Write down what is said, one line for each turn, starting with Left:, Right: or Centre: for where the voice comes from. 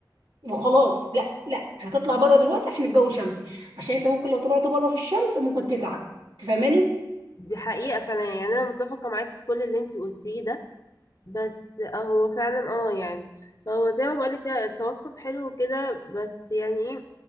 Right: وخلاص لا لا مش هتطلع بره دلوقتي عشان الجو شمس عشان انت ممكن لو طلعت بره في الشمس ممكن تتعب تفهماني؟
Left: دي حقيقة فعلا يعني أنا متفقة معاكي في كل اللي انتي قلتيه ده بس اه هو فعلا اه يعني هو زي ما بقولك كده التوسط حلو كده بس يعني ايه